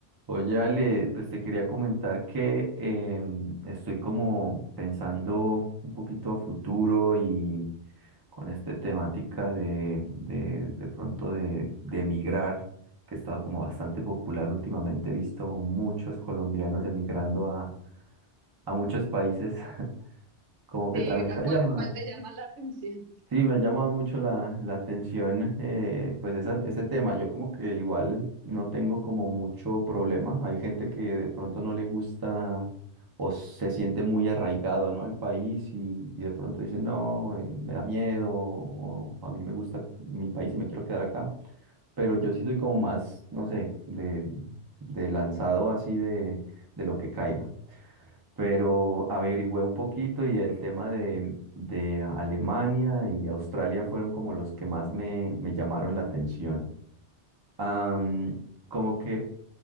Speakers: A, on the right (about 25°); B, on the right (about 85°).
A: Oye, Ale, pues te quería comentar que em, estoy como pensando un poquito a futuro y con esta temática de, de, de pronto de, de emigrar, que ha estado como bastante popular últimamente. He visto muchos colombianos emigrando a, a muchos países, <laughs> como que
B: Sí,
A: también
B: ¿a
A: me
B: ¿cuál,
A: ha llamado.
B: cuál te llama la atención?
A: Sí, me ha llamado mucho la, la atención, eh, pues esa, ese tema. Yo como que igual no
B: Ujú,
A: tengo como mucho problema. Hay gente que de pronto no le gusta o se siente muy arraigado, ¿no? al país y, y de pronto dice, no, eh, me da miedo o a mí me gusta mi país y me quiero quedar acá. Pero yo sí soy como más, no sé, de, de lanzado así de, de lo que caiga pero averigüé un poquito y el tema de, de Alemania y Australia fueron como los que más me, me llamaron la atención. Am, como que,